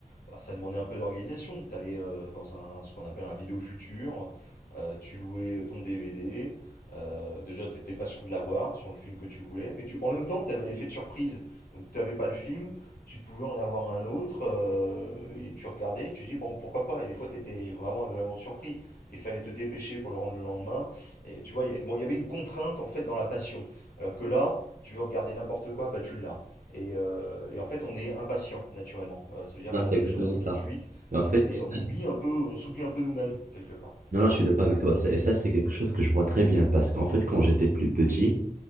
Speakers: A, on the left; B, on the right.
A: bah, ça demandait un peu d'organisation. T'allais euh, dans un ce qu'on appelle un vidéo futur, euh, tu louais ton DVD. euh, déjà, t'étais pas sûr de l'avoir sur le film que tu voulais, mais tu, en même temps, t'avais l'effet de surprise. Donc, t'avais pas le film, tu pouvais en avoir un autre, euh, et tu regardais, et tu dis, bon, pourquoi pas, et des fois, tu étais vraiment agréablement surpris, et il fallait te dépêcher pour le rendre le lendemain, et tu vois, il y a- bon, il y avait une contrainte, en fait, dans la passion, alors que là, tu veux regarder n'importe quoi, bah, tu l'as. Et, euh, et en fait, on est impatient, naturellement. Euh, ça veut dire
B: Non,
A: qu'on
B: c'est
A: veut
B: exactement
A: les choses tout tout
B: ça.
A: de suite,
B: Mais en fait,
A: et
B: ça-
A: on oublie un peu, on s'oublie un peu nous-mêmes, quelque part.
B: non, non, je suis d'accord avec toi. Ça- Et ça, c'est quelque chose que je vois très bien parce qu'en fait, quand j'étais plus petit,